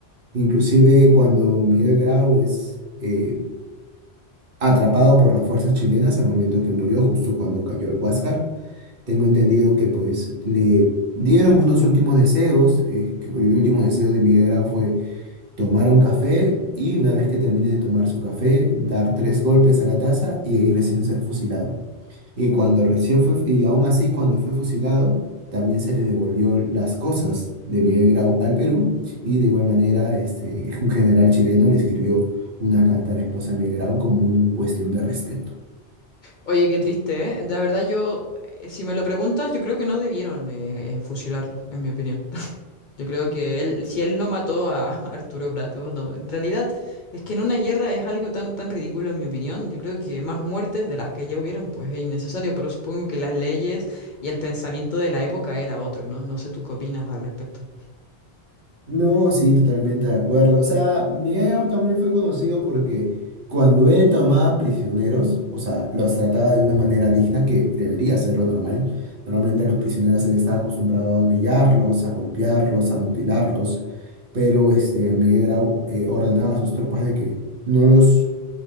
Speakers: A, on the right; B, on the left.
A: Inclusive cuando Miguel Grau es eh, atrapado por las fuerzas chilenas al momento que murió, justo cuando cayó el Huáscar, tengo entendido que pues le dieron unos últimos deseos, eh, que el último deseo de Miguel Grau fue tomar un café y una vez que termine de tomar su café, dar tres golpes a la taza y ahí recién ser fusilado. Y cuando recién fue, y aún así cuando fue fusilado, también se le devolvió las cosas de Miguel Grau al Perú. Y de igual manera, este, <laughs> un general chileno le escribió una carta a la esposa de Miguel Grau como una cuestión de respeto.
B: Oye, qué triste, ¿eh? La verdad yo, eh, si me lo preguntas, yo creo que no debieron eh, eh, fusilarlo, en mi opinión. Yo creo que él, si él no mató a <laughs> Arturo Prat, oh, no, en realidad es que en una guerra es algo tan, tan ridículo en mi opinión. Yo creo que más muertes de las que ya hubieron, pues es innecesario, pero supongo que las leyes y el pensamiento de la época era otro, ¿no? No sé tú qué opinas al respecto.
A: No, sí, totalmente de acuerdo. O sea, Miguel Grau también fue conocido porque cuando él tomaba prisioneros, o sea, los trataba de una manera digna, que debería ser lo normal. Normalmente a los prisioneros se les estaba acostumbrado a humillarlos, a golpearlos, a mutilarlos, pero este, Miguel Grau eh, ordenaba a sus tropas de que no los,